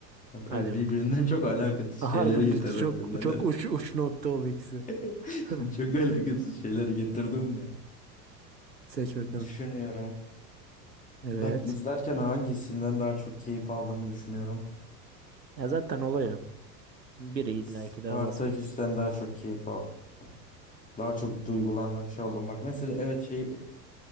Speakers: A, on the left; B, on the right.
A: Ya
B: Hadi
A: Evet
B: bakalım.
A: birbirinden çok alakasız
B: <laughs> Harbi
A: şeyleri getirdim
B: çok
A: finale.
B: çok uç uç nokta oldu ikisi.
A: <laughs>
B: <laughs>
A: Çok alakasız şeyleri getirdim de.
B: Seç bakalım.
A: Düşünüyorum.
B: Evet.
A: Bak izlerken hangisinden daha çok keyif aldığımı düşünüyorum.
B: Ya zaten olay o. Biri illa
A: Spartaküs'ten
B: ki daha baskın.
A: daha çok keyif aldım. Daha çok duygulandım şey oldum. Bak mesela evet şey